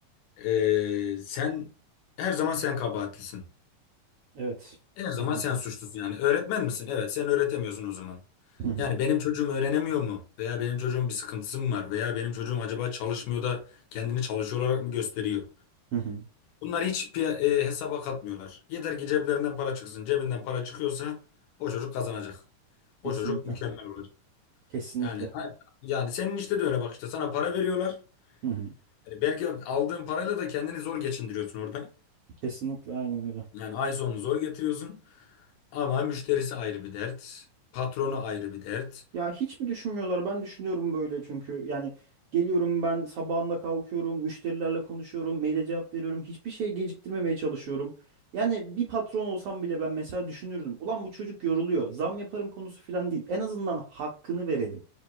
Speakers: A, on the left; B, on the right.
A: E, sen her zaman sen kabahatlisin.
B: Evet,
A: Her zaman
B: maalesef.
A: sen suçlusun yani. Öğretmen misin? Evet sen öğretemiyorsun o zaman.
B: Hı hı,
A: Yani benim çocuğum öğrenemiyor mu? Veya benim çocuğum bir sıkıntısı mı var? Veya benim çocuğum acaba çalışmıyor da kendini çalışıyor olarak mı gösteriyor?
B: hı hı.
A: Bunlar hiç piya- e, hesaba katmıyorlar. Yeter ki ceplerinden para çıksın. Cebinden para çıkıyorsa o çocuk kazanacak.
B: Kesinlikle.
A: O çocuk mükemmel olacak.
B: Kesinlikle.
A: Yani yani senin işte de öyle bak işte sana para veriyorlar.
B: Hı hı.
A: Yani belki aldığın parayla da kendini zor geçindiriyorsun orada.
B: Kesinlikle aynen öyle.
A: Yani ay sonunu zor getiriyorsun. Ama müşterisi ayrı bir dert. Patronu ayrı bir dert.
B: Ya hiç mi düşünmüyorlar? Ben düşünüyorum böyle çünkü yani geliyorum ben sabahında kalkıyorum, müşterilerle konuşuyorum, maile cevap veriyorum. Hiçbir şey geciktirmemeye çalışıyorum. Yani bir patron olsam bile ben mesela düşünürdüm. Ulan bu çocuk yoruluyor. Zam yaparım konusu falan değil. En azından hakkını verelim.